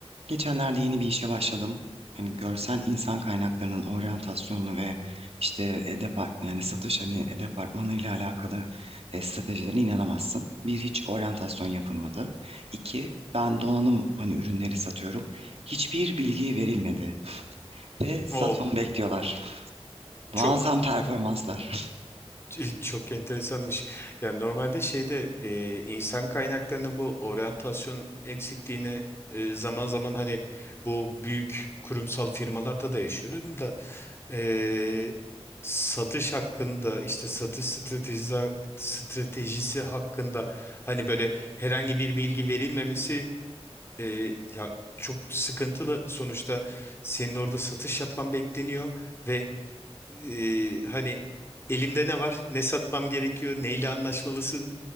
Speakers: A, on the right (about 70°); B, on the left (about 25°).
A: Geçenlerde yeni bir işe başladım. Yani görsel insan kaynaklarının oryantasyonu ve işte edepar yani satış hani e-departmanı ile alakalı e, stratejilerine inanamazsın. Bir hiç oryantasyon yapılmadı. İki ben donanım hani ürünleri satıyorum. Hiçbir bilgi verilmedi ve satmamı
B: O
A: bekliyorlar.
B: çok
A: Muazzam performanslar.
B: <laughs> çok enteresanmış. Yani normalde şeyde e, insan kaynaklarının bu oryantasyon eksikliğini e, zaman zaman hani bu büyük kurumsal firmalarda da yaşıyorum da e, satış hakkında işte satış stratejisi, stratejisi hakkında hani böyle herhangi bir bilgi verilmemesi E, ya çok sıkıntılı sonuçta senin orada satış yapman bekleniyor ve e, hani elimde ne var, ne satmam gerekiyor, neyle anlaşmalısın.